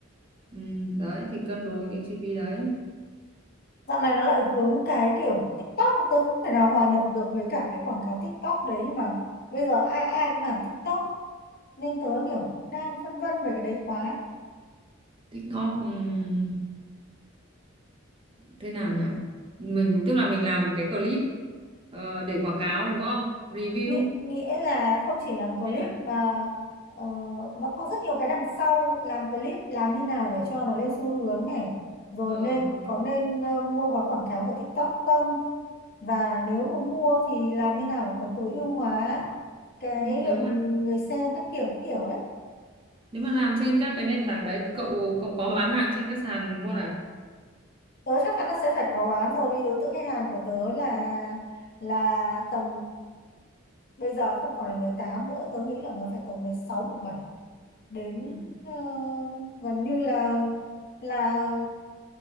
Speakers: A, on the right; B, on the left.
A: ừ, đấy thì cân đối cái chi phí đấy
B: dạo này nó lại vướng cái kiểu TikTok tớ không thể nào hòa nhập được với cả cái quảng cáo TikTok đấy mà bây giờ ai ai cũng làm TikTok nên tớ kiểu đang phân vân về cái đấy quá
A: TikTok ừm, thế nào nhỉ mình tức là mình làm cái clip ờ, để quảng cáo đúng không review
B: nghĩa nghĩa là không chỉ làm clip
A: nên là
B: mà ờ, nó có rất nhiều cái đằng sau làm clip làm thế nào để cho nó lên xu hướng này rồi
A: ờ,
B: nên có nên ờ, mua gói quảng cáo của TikTok không và nếu mà mua thì làm như nào để nó tối ưu hóa cái
A: ừ, nếu
B: lượng
A: mà
B: người xem các kiểu kiểu ấy
A: Nếu mà làm trên các cái nền tảng đấy, cậu cậu có bán hàng trên các sàn luôn à?
B: tớ chắc chắn là sẽ phải khó bán rồi vì đối tượng khách hàng của tớ là là tầm bây giờ không còn là 18 nữa tớ nghĩ là nó phải tầm mười sáu mười bảy đến
A: Ừ.
B: ờ, gần như là là